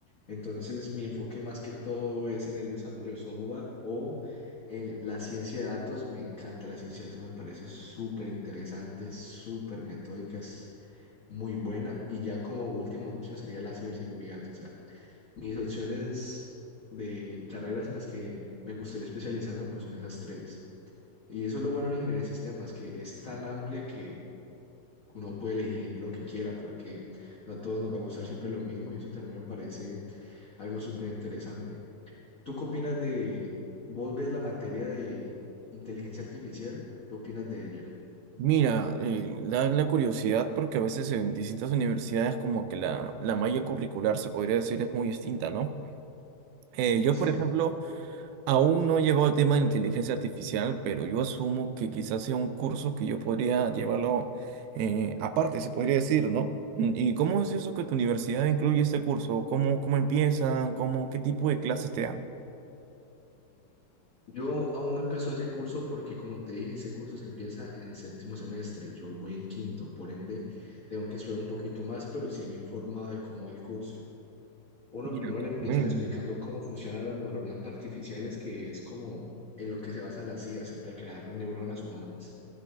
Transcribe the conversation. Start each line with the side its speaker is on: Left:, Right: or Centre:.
Left: Entonces, mi enfoque más que todo es en el desarrollo de software o en la ciencia de datos. Me encanta la ciencia de datos, me parece súper interesante, súper metódicas. muy buena. Y ya como última opción sería la ciberseguridad. O sea, mis opciones de carreras en las que me gustaría especializarme, pues son esas tres. Y eso es lo bueno en ingeniería de sistemas, que es tan amplia que uno puede elegir lo que quiera, porque no a todos nos va a gustar siempre lo mismo y eso también me parece algo súper interesante. ¿Tú qué opinas de, vos ves la materia de inteligencia artificial? ¿Qué opinas de ella?
Right: Mira, eh, da la curiosidad porque a veces en distintas universidades como que la, la malla curricular se podría decir es muy distinta, ¿no? Eh, yo,
Left: Sí.
Right: por ejemplo, Aún no he llevado el tema de inteligencia artificial, pero yo asumo que quizás sea un curso que yo podría llevarlo eh, aparte, se podría decir, ¿no? Mm, ¿Y cómo es eso que tu universidad incluye este curso? ¿Cómo, cómo empiezan? ¿Cómo, qué tipo de clases te dan?
Left: Yo aún no empezó ese curso porque, como te dije, ese curso se empieza en séptimo semestre. Yo voy en quinto, por ende, tengo que esperar un poquito más, pero sí me he informado de cómo va el curso. Uno
Right: Mira,
Left: primero
Right: qué
Left: le empiezan
Right: Bueno.
Left: explicando cómo funcionan las neuronas artificiales, que es como en lo que se basan las IAs, en recrear neuronas humanas.